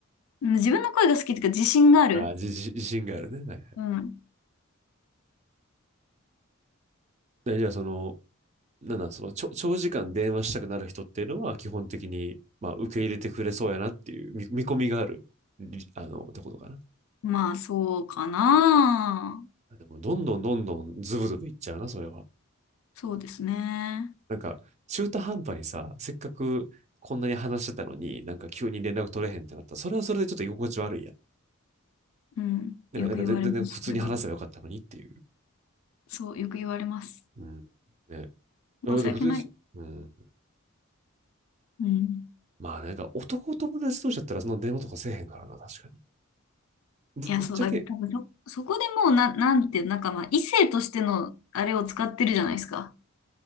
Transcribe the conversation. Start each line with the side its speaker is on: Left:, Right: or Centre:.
Left: うん自分の声が好きっていうか自信がある。
Right: あ、自自信があるね。はいはい。
Left: うん。
Right: じゃあ、その、なんなん、その、ちょ長時間電話したくなる人っていうのは、基本的に、まあ、受け入れてくれそうやなっていう見見込みがある、あの、ってことかな。
Left: まあそうかな。
Right: でも、どんどんどんどんズブズブいっちゃうな、それは。
Left: そうですね。
Right: なんか、中途半端にさ、せっかくこんなに話してたのに、なんか急に連絡取れへんってなったら、それはそれでちょっと居心地悪いや
Left: うん。
Right: なんか、
Left: よく言われます。
Right: なんか全全然普通に話せばよかったのにっていう。
Left: それは。そう、よく言われます。
Right: うん。ね。普通にうん。
Left: 申し訳ない。うん。
Right: まあ、なんか男友達同士だったらその電話とかせえへんからな、確かに。ぶ、
Left: いや、
Right: ぶっちゃけ、
Left: そうだ、多分そ、そこでもうな、なんていう、なんかまあ、異性としてのあれを使ってるじゃないですか。